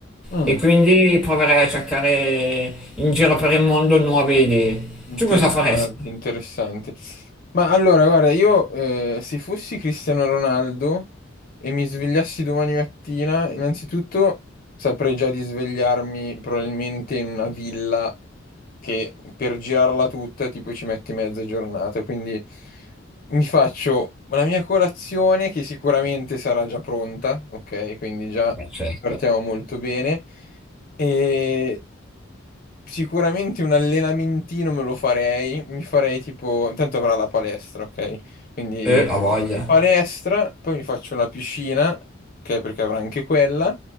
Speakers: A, on the left; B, in the centre.
A: Mm,
B: E quindi proverei a cercare in giro per il mondo nuove idee.
A: interessante,
B: Tu cosa faresti?
A: interessante. Ma allora, guarda, io eh, se fossi Cristiano Ronaldo e mi svegliassi domani mattina, innanzitutto saprei già di svegliarmi probabilmente in una villa che per girarla tutta tipo ci metti mezza giornata, quindi mi faccio la mia colazione che sicuramente sarà già pronta, ok? Quindi già
B: Beh, certo.
A: partiamo molto bene e sicuramente un allenamentino me lo farei, mi farei tipo, intanto avrà la palestra, ok? Quindi
B: Eh, ha voglia,
A: palestra, poi mi faccio una piscina, ok? Perché avrà anche quella,